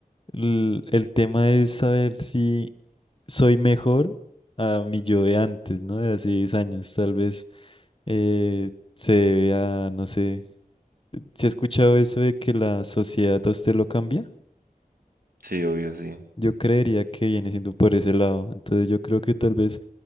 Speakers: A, on the left; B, on the right.
A: El, el tema es saber si soy mejor a mi yo de antes, ¿no? De hace 10 años. Tal vez eh, se debe a, no sé, si he escuchado eso de que la sociedad a usted lo cambia?
B: Sí, obvio, sí.
A: Yo creería que viene siendo por ese lado. Entonces yo creo que tal vez